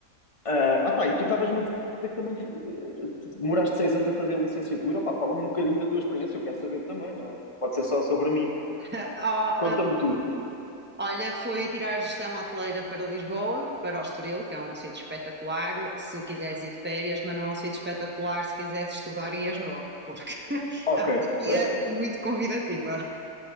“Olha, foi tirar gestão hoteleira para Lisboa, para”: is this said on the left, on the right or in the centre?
Right